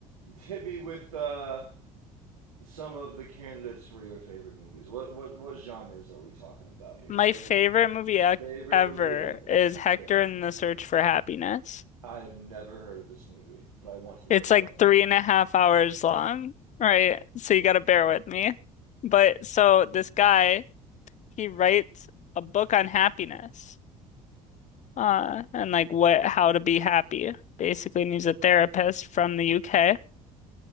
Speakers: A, on the right (about 85°); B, on the left (about 45°).
A: hit me with uh, some of the candidates for your favorite movies. What what what genres are we talking about here?
B: my
A: Where
B: favorite
A: are we?
B: movie ac
A: Favorite
B: ever
A: movie ever?
B: is Hector
A: Yeah,
B: and the Search for Happiness.
A: I have never heard of this movie, but I want to learn
B: It's
A: about
B: like
A: this
B: three
A: movie.
B: and a half hours long, right? So you gotta bear with me. But so this guy, he writes a book on happiness, uh, and like what how to be happy, basically. And he's a therapist from the UK.